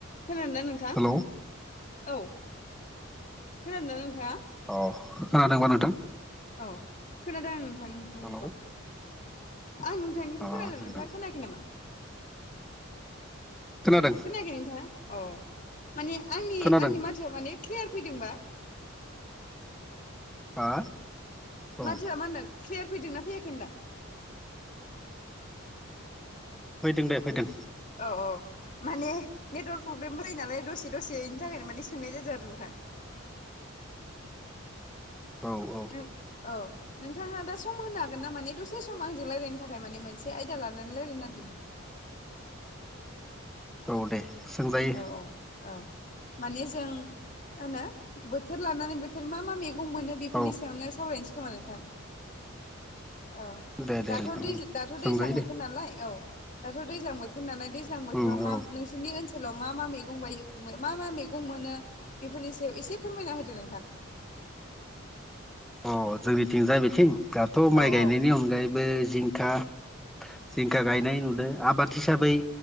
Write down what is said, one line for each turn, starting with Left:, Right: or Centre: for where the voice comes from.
Left: खोनादों नोंथां
Centre: हेलौ
Left: औ खोनादोंना नोंथाङा?
Centre: अ खोनादोंबा नोंथां?
Left: औ खोनादों आं नोंथां नोंथांनिखौ
Centre: हेलौ
Left: आं न थांनिखौ
Centre: अ
Left: खोनादों
Centre: नोंथां
Left: नोंथांआ खोनाखै नामा?
Centre: खोनादों
Left: खोनाखै नोंथाङा औ माने आंनि
Centre: खोनादों
Left: आंनि माथोया माने क्लियार फैदोंबा?
Centre: हा? औ
Left: माथो मा होनो क्लियार फैदोंना फैयाखै दां?
Centre: फैदों दे फैदों।
Left: औ औ माने नेटवर्क प्रब्लेम जायो नालाय दसे-दसे इनि थाखायनो माने सोंनाय जादों आरो नोंथां।
Centre: औ औ।
Left: नोंथां औ। नोंथाङा दा सम होनो हागोन ना माने दसे सम आंजों रायजलायनो थाखाय माने मोनसे आयदा लानानै रायलायनो नागिरदोंमोन।
Centre: औ दे सोंजायो।
Left: औ औ माने जों माहोनो बोथोर लानानै मा मा मैगं मोनो बेफोरनि
Centre: औ
Left: सायावनो सावरायनोसै खोमा नोंथां? औ
Centre: दे दे
Left: दाथ'
Centre: नोंथां
Left: दैज दाथ'
Centre: सोंजायो
Left: दैज्लां बोथोर
Centre: दे
Left: नालाय औ दाथ' दैज्लां बोथोर नालाय दैज्लां बोथोराव
Centre: उम
Left: मा
Centre: औ
Left: नोंसिनि ओन ओनसोलाव मा मा मैगं बायो मा मा मैगं मोनो बेफोरनि सायाव एसे फोरमायना होदो नोंथां।
Centre: अह जोंनिथिंजाय बेथिं दाथ' माइ
Left: औ
Centre: गायनायनि
Left: औ
Centre: अनगायैबो जिंखा जिंखा गायनाय नुदो। आबाद हिसाबै